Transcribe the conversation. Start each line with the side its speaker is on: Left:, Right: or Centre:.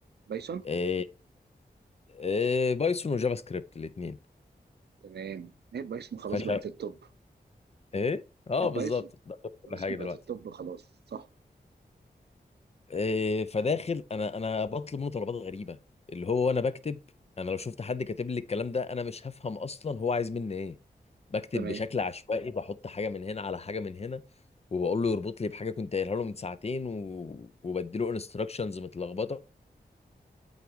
Right: بايثون
Left: إيه إيه بايثون وجافا سكريبت الاثنين
Right: تمام هي بايثون خلاص
Left: فش
Right: بقت التوب
Left: ايه اه
Right: البايثون
Left: بالظبط ده كل
Right: بايثون
Left: حاجه
Right: بقت
Left: دلوقتي
Right: التوب خلاص صح
Left: إيه فداخل انا انا بطلب منه طلبات غريبه اللي هو انا بكتب انا لو شفت حد كاتب لي الكلام ده انا مش هفهم اصلا هو عايز مني ايه بكتب
Right: تمام
Left: بشكل عشوائي بحط حاجه من هنا على حاجه من هنا وبقول له يربط لي بحاجه كنت قايلها له من ساعتين و... وبديله انستراكشنز متلخبطه